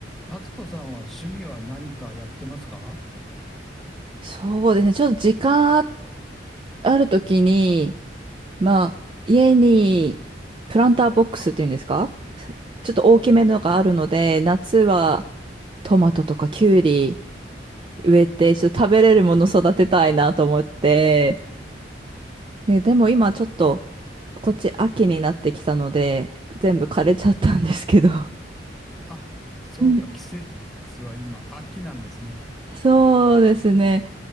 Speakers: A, in the centre; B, on the right.
A: あつこさんは趣味は何かやってますか
B: そうですね。ちょっと時間ああるときに、まあ、家にプランターボックスっていうんですかちょっと大きめのがあるので、夏はトマトとかキュウリ植えて、ちょっと食べれるもの育てたいなと思って。で、でも今ちょっと、こっち秋になってきたので、全部枯れちゃったんですけど。
A: あ、そうか、
B: ね
A: 季節は今、秋なんですね。
B: そうですね。